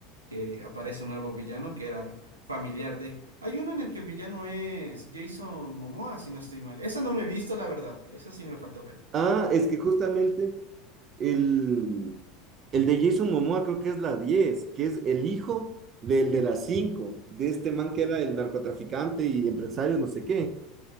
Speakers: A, on the right; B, on the right.
A: que aparece un nuevo villano que era familiar de... Hay uno en el que el villano es Jason Momoa, si no estoy mal. Esa no me he visto, la verdad, esa sí me faltó ver.
B: Ah, es que justamente el, el de Jason Momoa creo que es la 10 que es el hijo del de la 5 de este man que era el narcotraficante y empresario, no sé qué,